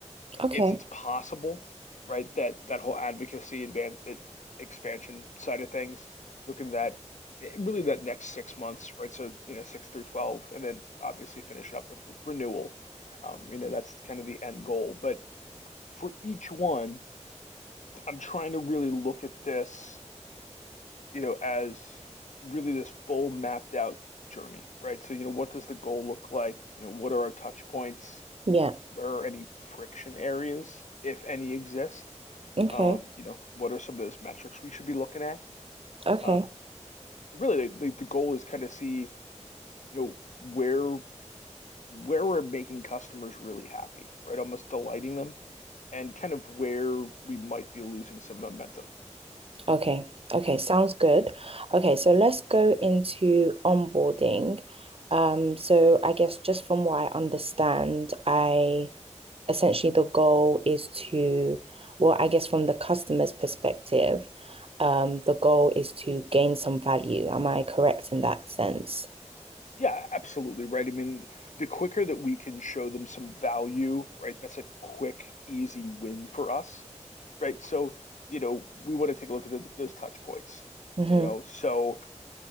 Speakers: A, on the right (about 50°); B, on the left (about 80°).
A: Okay.
B: if it's possible, right? That that whole advocacy advance it, expansion side of things, looking at that eh, really that next six months, right? So you know six through twelve, and then obviously finish up with re- renewal. Um, you know that's kind of the end goal. But for each one, I'm trying to really look at this, you know, as really this full mapped out journey, right? So you know what does the goal look like? You know what are our touch points?
A: Yeah.
B: Where are any friction areas, if any exist?
A: Okay.
B: Um, you know, what are some of those metrics we should be looking at?
A: Okay.
B: Um, really, the, the, the goal is kind of see, you know, where where we're making customers really happy, right? Almost delighting them, and kind of where we might be losing some momentum.
A: Okay. Okay. Sounds good. Okay. So let's go into onboarding. Um, so I guess just from what I understand, I essentially the goal is to, well, I guess from the customer's perspective, um, the goal is to gain some value. Am I correct in that sense?
B: Yeah, absolutely, right? I mean, the quicker that we can show them some value, right? That's a quick, easy win for us, right? So, you know, we want to take a look at th those touch points,
A: Mm-hmm.
B: you know. so.